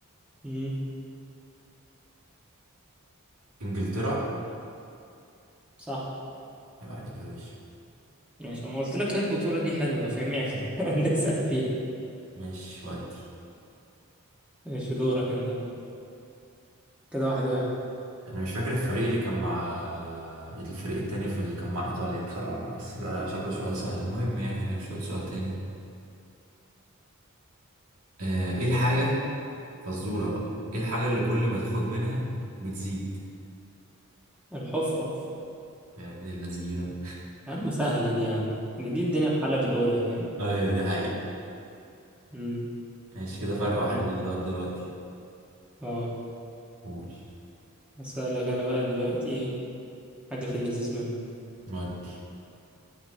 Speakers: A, in the centre; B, on the right.
A: امم
B: انجلترا
A: صح
B: يبقى عليك يا باشا
A: ماشي ما قلت لك هي البطولة دي حلوة فاهم يعني <laughs> نسأل فيها
B: ماشي ودي
A: ماشي دورك انت بقى كده واحد واحد
B: انا مش فاكر الفريق اللي كان مع الفريق التاني في اللي كان مع ايطاليا بصراحة بس بقى شكله سؤال سهل المهم يعني خلينا نشوف سؤال تاني آه، ايه الحاجة فزورة بقى ايه الحاجة اللي كل ما تاخد منها بتزيد
A: الحفرة
B: يا ابن اللذينة
A: يا عم سهلة دي يا عم دي, دي الدنيا بحالها بتقولها فاهم
B: ايوه دي حقيقة
A: امم
B: ماشي كده فرق واحد
A: ماشي
B: ليك لغاية دلوقتي
A: اه
B: قول
A: هسألك انا بقى دلوقتي ايه حاجة في اللذيذ منه
B: نودي